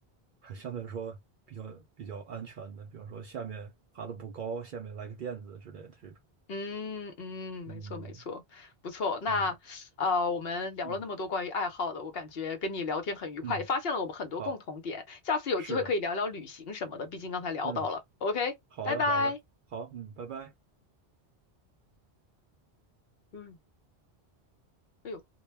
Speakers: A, on the right (about 60°); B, on the left (about 70°).
A: 还相对来说比较比较安全的，比如说下面爬的不高，下面来个垫子之类的这种。
B: 嗯嗯，没错没错，
A: 嗯
B: 不错。那呃，
A: 嗯
B: 我们聊了那么多关于爱好的，
A: 嗯
B: 我感觉跟你聊天很愉快，
A: 嗯，
B: 也发现了我们很多共同点。
A: 好，
B: 下次有机会可以聊聊旅行什么的，
A: 是的，
B: 毕竟刚才聊到了。
A: 嗯，
B: OK，
A: 好的好的，
B: 拜拜。
A: 好，嗯，拜拜。
B: 嗯。哎呦。